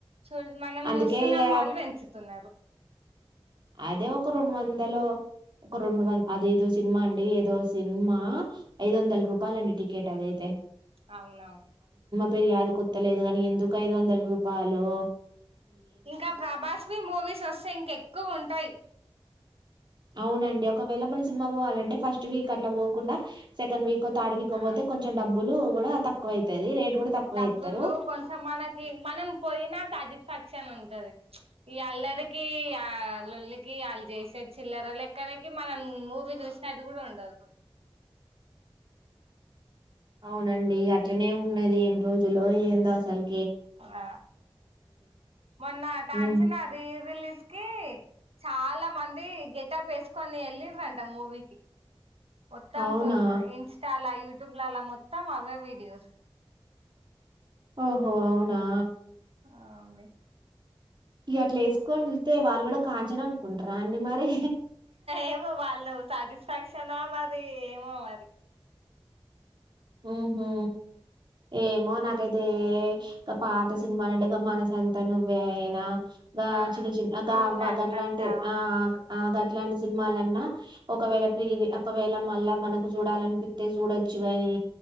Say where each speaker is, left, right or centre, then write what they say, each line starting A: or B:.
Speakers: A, on the right; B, on the right.
A: చూ మనం
B: అందుకే
A: చూస్తున్నాం
B: ఇగ
A: వాళ్ళు పెంచుతున్నారు
B: అదే ఒక రెండు వందలో ఒక రెండు వంద అదేదో సినిమా అండి ఏదో సినిమా ఐదు వందల రూపాయల అండి టికెట్ అదయితే
A: అవునవును
B: పెర్యాదికొత్త లేదు కాని ఎందుకు ఐదు వందల రూపాలో
A: ఇంకా ప్రభాస్వి మూవీస్ వస్తే ఇంక ఎక్కువ ఉం టయి
B: అవునండి ఒకవేళ మనం సినిమా పోవాలంటే ఫస్ట్ వీక్ అట్లా పోకుండా సెకండ్ వీక్ కో తార్డ్ వీక్ ఒ
A: ఆ
B: పోతే కొంచెం డబ్బులు కూడా తక్కువైతది రేట్ కూడా తక్కువ
A: డబ్బులు
B: చేత్తరు
A: కొంచెం మనకి మనం పోయినా సాటిస్ఫాక్షన్ ఉం టది ఈ అల్లరికి ఆ లొల్లికి ఆళ్ళు చేసే చిల్లర లెక్కలకి మనం మూవీ చూసినట్టు కూడా ఉండదు
B: అవునండి అట్లనే ఉన్నది ఏం రోజులో ఏందో అసలు
A: ఆ మొన్న కాంచన
B: ఉమ్
A: రీ రిలీజ్ కి చాలా మం ది గెటాప్ వేసుకొని వెళ్లిండ్రంట మూవీకిి మొత్తం
B: అవునా
A: సోస ఇన్స్టాాల యూ ట్యూబ్ ల లా మొత్తం అవె విడియోస్
B: ఓహో అవునా
A: అ అండి
B: ఇగ అట్లా వేసుకొని చూత్తే వాళ్ళు కూడా కాంచన అనుకుంటారా అండి మరి
A: ఏమో వాళ్ళు సాటిస్ఫాక్షనా మరి ది ఏమో మరి
B: ఉహు ఏమో నాకైతే గా పాత సినిమాలంటే గా మనసంతా నువ్వే నా గా
A: ఆ
B: చిన్న చిన్న గ
A: నువ్వు
B: అవ్వ
A: నాకు
B: అట్లాంటి
A: నచ్చావు
B: ఆ అ గట్లాంటి సినిమాలన్నా ఒకవేళ ప్రీ ఒకవేళ మళ్ళా మనకు చూడాలనిపిత్తే చూడొచ్చు గాని